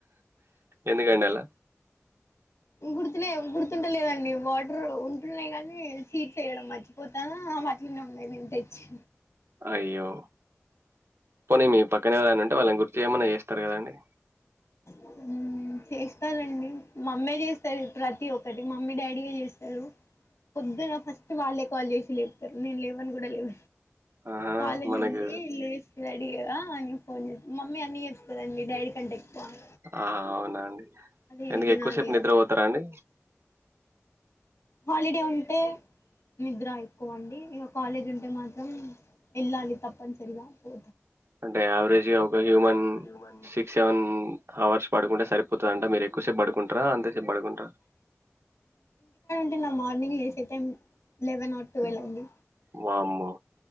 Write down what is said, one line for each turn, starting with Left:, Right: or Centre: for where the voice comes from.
Right: ఎందుకండి అల
Left: గుర్తులే గుర్తుంటలేదండి వాటర్ ఉంటున్నాయి కానీ సీడ్స్ వేయడం మర్చిపోతాన అవి అట్లనే ఉన్నాయి నేను తెచ్చి
Right: అయ్యో పోనీ మీ పక్కన ఎవరైనా ఉంటే వాళ్ళని గుర్తు చేయమన్నా చేస్తారు కదండి
Left: ఉ చేస్తారండి మమ్మే చేస్తది ప్రతి ఒక్కటి మమ్మీ డాడీ యే చేస్తరు పొద్దున ఫస్ట్ వాళ్ళే కాల్ చేసి లేపుతారు నేను లేవను గూడా లేవ
Right: ఆహా!
Left: కాలేజ్
Right: మనకి
Left: ఉంది లేస్తా రెడి అని ఫోన్ చే మమ్మీ అన్ని చెప్పుతాదండీ డాడీ కంటే బన్
Right: ఆ అవునా అండి
Left: ఇది
Right: ఎందుకు
Left: తినాలి
Right: ఎక్కువసేపు నిద్రపోతారా
Left: అది
Right: అండి
Left: హాలిడే ఉంటే నిద్ర ఎక్కువ అండి ఇక కాలేజ్ ఉంటే మాత్రం వెళ్ళాలి తప్పనిసరిగా పో
Right: అంటే యావరేజ్ గా ఒక హ్యూమన్
Left: ఒక హ్యూమన్
Right: సిక్స్ సెవెన్ హవర్స్ పడుకుంటే సరిపోతదంట మీరు ఎక్కువసేపు పడుకుం కుంటార అంతే సేపు బడకుంట్రా
Left: ంట నా మార్నింగ్ లేసే టైం లెవెన్ ఆర్ ట్వెల్వ్ అండి
Right: వామ్మో